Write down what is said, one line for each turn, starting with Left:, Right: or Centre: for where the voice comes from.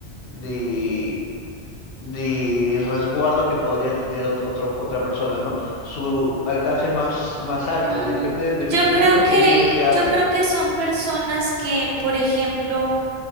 Left: de, de resguardo que podría tener ot- otro- otra persona, ¿no? Su alcance es más, más alto
Right: Mm,
Left: y depende, dependiendo
Right: yo creo
Left: del contenido
Right: que,
Left: que hace.
Right: yo creo que son personas que, por ejemplo,